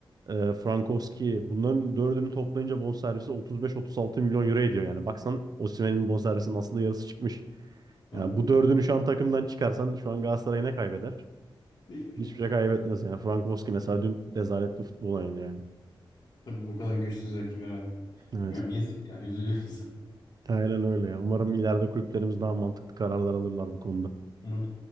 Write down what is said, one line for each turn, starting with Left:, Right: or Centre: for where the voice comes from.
Right: e, Frankowski bunların dördünü toplayınca bonservisi 35-36 milyon euro ediyor. Yani baksan Osimhen'in bonservisinin aslında yarısı çıkmış.
Left: Tabii.
Right: Yani bu dördünü şu an takımdan çıkarsan şu an Galatasaray ne kaybeder?
Left: Hiçbir şey.
Right: Hiçbir şey kaybetmez yani. Frankowski mesela dün rezalet bir futbol oynadı yani.
Left: Tabii o kadar güçsüz rakip herhalde.
Right: Evet.
Left: Bilmiyorum yazık ya üzülüyor <laughs> insan.
Right: Aynen öyle ya. Umarım ileride kulüplerimiz daha mantıklı kararlar alırlar bu konuda.
Left: Umarım